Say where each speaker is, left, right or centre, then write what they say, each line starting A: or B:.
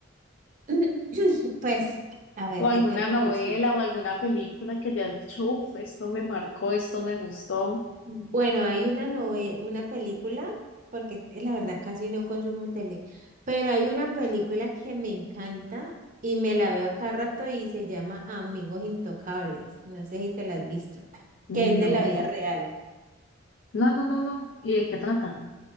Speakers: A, on the right (about 40°); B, on the left (about 65°).
A: <clears throat> Pues, a ver,
B: ¿O
A: ¿qué
B: alguna
A: te puedo
B: novela
A: decir?
B: o alguna película que hayas dicho, uf, esto me marcó, esto me gustó?
A: Bueno, hay una nove- una película, porque es que la verdad casi no consumo tele, pero hay una película que me encanta y me la veo a cada rato y se llama Amigos Intocables. No sé si te la has visto,
B: No,
A: que es de la vida real
B: no, no, no, no. ¿Y de qué trata?